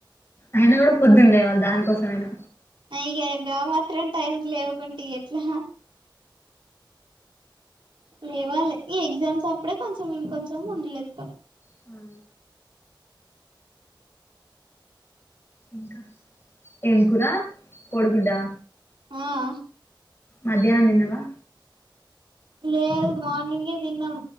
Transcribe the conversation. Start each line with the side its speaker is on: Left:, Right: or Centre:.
Left: అయినా కూడా పొద్దున్న లేవాలి దాని కోసమైనా
Right: అయ్యో గా మాత్రం టైంకి లేవకుంటే ఎట్లా లేవాలి ఈ ఎగ్జామ్స్ అప్పుడే కొంచెం ఇంకొంచెం ముందులేస్తాం
Left: హు ఇంకా ఏం కూర కోడిగుడ్డా
Right: ఆ ఆ
Left: మధ్యాహ్నం తిన్నవా
Right: లేదు మార్నింగే తిన్నాం